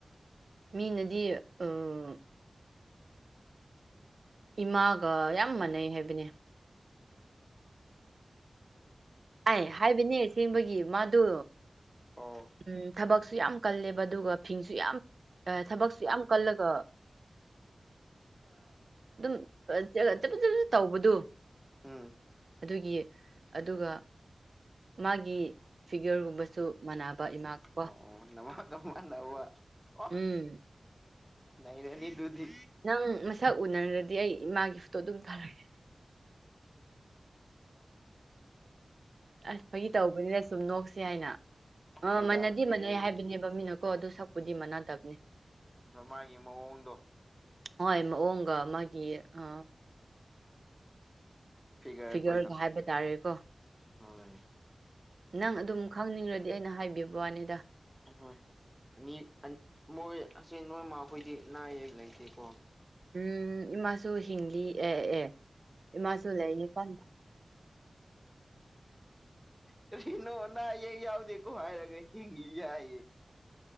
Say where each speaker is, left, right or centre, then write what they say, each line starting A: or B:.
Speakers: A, on the right (about 60°); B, in the centre.
A: ꯃꯤꯅꯗꯤ ꯑꯥ ꯏꯃꯥꯒ ꯌꯥꯝ ꯃꯥꯟꯅꯩ ꯍꯥꯏꯕꯅꯦ ꯑꯩ ꯍꯥꯏꯕꯅꯦ ꯑꯁꯦꯡꯕꯒꯤ ꯃꯥꯗꯣ
B: ꯑꯣ
A: ꯎꯝ ꯊꯕꯛꯁꯨ ꯌꯥꯝ ꯀꯜꯂꯦꯕ ꯑꯗꯨꯒ ꯐꯤꯡꯁꯨ ꯌꯥꯝ ꯊꯕꯛꯁꯨ ꯌꯥꯝ ꯀꯜꯂꯒ ꯑꯗꯨꯝ <unintelligible> ꯇꯧꯕꯗꯨ
B: ꯎꯝ
A: ꯑꯗꯨꯒꯤ ꯑꯗꯨꯒ ꯃꯥꯒꯤ ꯐꯤꯒꯔꯒꯨꯝꯕꯁꯨ ꯃꯅꯕ ꯏꯃꯥꯒꯀꯣ
B: ꯑꯣ ꯑꯣ ꯅꯃꯟ ꯅꯃꯟꯅꯕ ꯑꯣ
A: ꯎꯝ
B: ꯅꯩꯔꯅꯤꯗꯨꯗꯤ
A: ꯅꯪ ꯃꯁꯛ ꯎꯅꯔꯗꯤ ꯑꯩ ꯏꯃꯥꯒꯤ ꯐꯣꯇꯣ ꯑꯗꯨꯝ ꯊꯔꯛꯀꯦ ꯑꯁ ꯐꯒꯤ ꯇꯧꯕꯅꯤꯅ ꯁꯨꯝ ꯅꯣꯛꯁꯦ ꯍꯥꯏꯅ ꯑ
B: ꯅꯣꯏꯗ
A: ꯃꯅꯗꯤ
B: ꯀꯩ
A: ꯃꯥꯟꯅꯩ ꯍꯥꯏꯕꯅꯦꯕ ꯃꯤꯅ ꯀꯣ ꯑꯗꯣ ꯁꯛꯄꯨꯗꯤ ꯃꯅꯥꯗꯕꯅꯦ
B: ꯃꯥꯒꯤ ꯃꯑꯣꯡꯗꯣ
A: ꯍꯣꯏ ꯃꯑꯣꯡꯒ ꯃꯥꯒꯤ ꯑ
B: ꯐꯤꯒꯔ
A: ꯐꯤꯒꯔꯒ
B: ꯑꯩꯈꯣꯏꯗꯣ
A: ꯍꯥꯏꯕ ꯇꯥꯔꯦꯀꯣ
B: ꯍꯣꯏ
A: ꯅꯪ ꯑꯗꯨꯝ ꯈꯪꯅꯤꯡꯔꯥꯗꯤ ꯑꯩꯅ ꯍꯥꯏꯕꯤꯕ ꯋꯥꯅꯤꯗ
B: ꯑꯍꯣꯏ ꯑꯅꯤ ꯃꯣꯏ ꯑꯁꯦ ꯅꯣꯏꯃꯥꯥ ꯈꯣꯏꯗꯤ ꯑꯅꯥ ꯑꯌꯦꯛ ꯂꯩꯇꯦꯀꯣ
A: ꯎꯝ ꯏꯃꯥꯁꯨ ꯍꯤꯡꯂꯤ ꯑꯦ ꯑꯦ ꯏꯃꯥꯁꯨ ꯂꯩꯌꯦ ꯀꯥꯟꯅ
B: ꯀꯔꯤꯅꯣ ꯑꯅꯥ ꯑꯌꯦꯛ ꯌꯥꯎꯗꯦꯀꯣ ꯍꯥꯏꯔꯒ ꯍꯤꯡꯉꯤ ꯒꯥꯏꯌꯦ